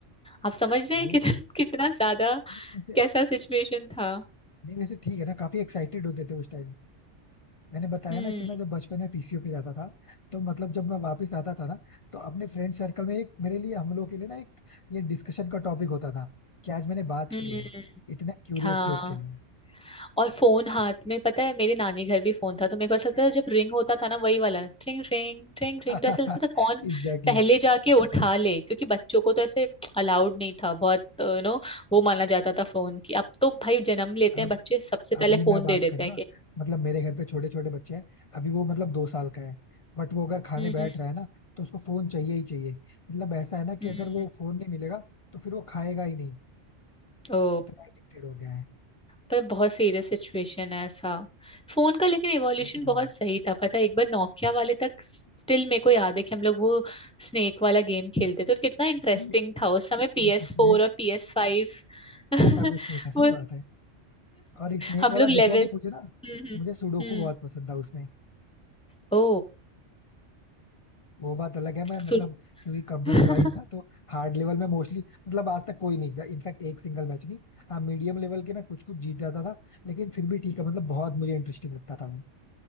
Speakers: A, in the centre; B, on the left (about 50°).
A: आप समझ रहे
B: वो
A: हैं कितना <laughs> कितना ज्यादा
B: नहीं वैसे
A: कैसा सिचुएशन था
B: नहीं वैसे ठीक है ना काफी एक्साइटेड होते थे उस टाइम मैंने बताया
A: हम्म
B: ना कि मैं जब बचपन में पीसीओ पे जाता था तो मतलब जब मैं वापस आता था ना तो अपने फ्रेंड सर्कल में एक मेरे लिए हम लोग के लिए ना एक ये डिस्कशन का टॉपिक होता था कि आज मैंने बात
A: हम्म
B: की है इतना क्यूरियस
A: हाँ
B: थे उसके लिए
A: और फोन हाथ में पता है मेरे नानी घर भी फोन था तो मेरे को ऐसा लगता था जब रिंग होता था ना वही वाला ट्रिंग ट्रिंग ट्रिंग
B: <laughs>
A: ट्रिंग तो ऐसा लगता था कौन
B: Exactly
A: पहले जाके उठा ले क्योंकि बच्चों को तो ऐसे अलाउड नहीं था बहुत यू नो वो माना जाता था फोन की अब तो भाई जन्म लेते
B: exactly.
A: हैं बच्चे सबसे पहले
B: अभी
A: फोन
B: मैं बात
A: दे देते
B: करूँ
A: हैं
B: ना
A: कि
B: मतलब मेरे घर पे छोटे छोटे बच्चे हैं अभी वो मतलब दो साल का है बट वो अगर खाने
A: हम्म
B: बैठ रहा है ना तो उसको फोन चाहिए ही चाहिए मतलब ऐसा है ना कि
A: हम्म
B: अगर
A: हम्म हम्म।
B: वो फोन नहीं मिलेगा तो फिर वो खाएगा ही नहीं
A: ओ
B: इतना एडिक्टेड हो गया है
A: पर बहुत सीरियस सिचुएशन है ऐसा फोन का लेकिन इवोल्यूशन
B: ये तो
A: बहुत
B: है
A: सही था पता है एक बार नोकिया वाले तक स्टिल मेरे को याद है कि हम लोग वो स्नेक वाला गेम खेलते थे और कितना इंटरेस्टिंग
B: स्नेक
A: था उस समय पी
B: एक
A: एस
B: स्नेक
A: फोर और पी एस फाइव <laughs>
B: ऐसा कुछ नहीं था सही
A: वो
B: बात है और स्नेक
A: हम
B: वाला
A: लोग
B: दूसरा
A: लेवल
B: वो मुझे ना
A: हम्म हम्म
B: मुझे सुडोकू
A: हम्म,
B: बहुत पसंद था उसमें
A: ओ
B: वो बात अलग है मैं मतलब
A: सुन
B: क्योंकि कंप्यूटराइज
A: <laughs>
B: था तो हार्ड लेवल में मोस्टली मतलब आज तक कोई नहीं जा इनफैक्ट एक सिंगल मैच नहीं हाँ मीडियम लेवल के मैं कुछ कुछ जीत जाता था लेकिन फिर भी ठीक है मतलब बहुत मुझे इंटरेस्टिंग लगता था वो